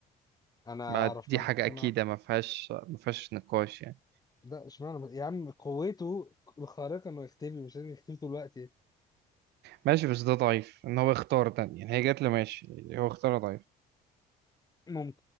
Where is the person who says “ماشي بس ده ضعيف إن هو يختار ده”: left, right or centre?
Right